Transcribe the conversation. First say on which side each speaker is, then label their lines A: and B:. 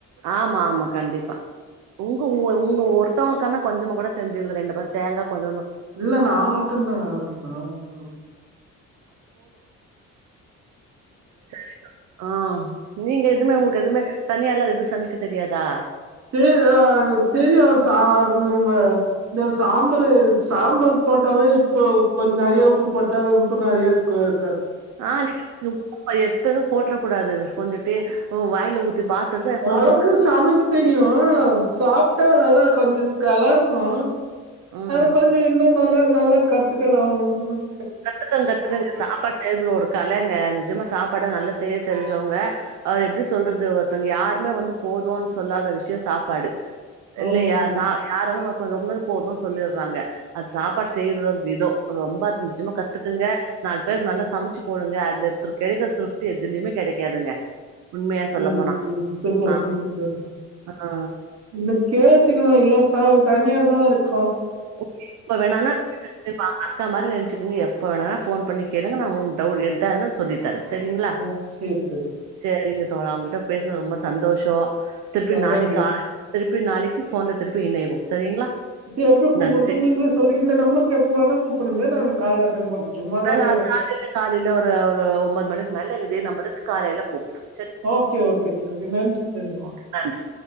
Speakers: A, on the right (about 70°); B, on the right (about 55°).
A: ஆமா ஆமா கண்டிப்பா உங்க உஉ உங்க ஒருத்தவங்களுக்கானா கொஞ்சமா கூட செஞ்சுக்க ரெண்டு பே தேங்கா கொஞ்ச
B: இல்ல நா மட்டும்தா வேற நான் மட்டும்தா
A: சரிதா ஆ நீங்க எதுவுமே உங்களுக்கு எதுவுமே தனியால்லாம் எதுவும் சமைக்க தெரியாதா
B: <unintelligible> தெரியும் சார் இந்த சாம்பரு சாம்பார் போட்டாவே இப்போ கொஞ்சம் நறைய உப்ப போட்டாலும் இப்ப நிறைய இருக்கும்
A: ஆ <unintelligible> போட்ர கூடாது கொஞ்சட்டு வாயில பாத்துட்டு கொஞ்சமா
B: அழக்கு சமைக்கு தெரியும் சாப்பிட்டா நல்லா கொஞ்சம் கல்லர் கோ
A: ம்
B: அதுக்கொஞ்சம் இன்னும் நல்லா நல்லா கத்துக்கலாம் ம்
A: கத்துக்கோங்க கத்துக்கங்க சாப்பாடு செய்றது ஒரு கலைங்க நிஜாம சாப்பா படம் நல்ல செய்ரிய தெரிஞ்சவங்க அவர் எப்படி சொல்றது ஒருத்தவங்க யாருமே வந்து போதும்ன்னு சொல்லாத விஷயம் சாப்பாடு இல்லையா
B: ஆமா தோழி
A: ச யாரோ கொஞ்சம் கூட போதும் சொல்லிடுறாங்க அது சாப்பாடு செய்யற விதம் ரொம்ப நிஜமாக கத்துக்குங்க நாலு பேருக்கு நல்லா சமைச்சு போடுங்க அதுல கிடைக்கிற திருப்தி எதுலயுமே கிடைக்காதுங்க. உண்மையா
B: சரி
A: சொல்ல போனா
B: சரி சூப்பர்
A: ஆ
B: சூப்பர்
A: ஆ
B: <unintelligible> கே க்கலா இல்ல ச தனியா தா இருக்
A: ஓகே இப்ப வேணானா <inaudible> அக்கா மாரி நினைச்சுக்கங்க எப்ப வேனா போன் பண்ணி கேளுங்க நா உங்க டவு எதா இருந்தா சொல்லி தரே சரிங்களா
B: ஆ சேரி தோழி
A: சரிங்க தோழா உங்ககிட்ட பேசுனது ரொம்ப சந்தோஷோ திருப்பி
B: ஆ
A: நாளைக்கு
B: தேங்க்யூ
A: கா திருப்பி நாளைக்கு போன்ல திருப் பி இணைவோ சரிங்களா
B: செரி அப்புறோ கூப்பிட்டு
A: நன்றி
B: நீங்களே சொல்லி இந்த நம்பருக்கு எப்ப வேனா கூப்பிடுங்க. நா கால் அட்டன் பண் சும்மாதா
A: அ நா
B: இக்குறே
A: காலைல காலைல ஒரு ஒரு ஒம்பது மணிக்கு மேல இதே நம்பருக் காலேல கூப்பிடுறே
B: ஓகே ஓகே தோழி நன்றி தோழி
A: ஓகே நன்றி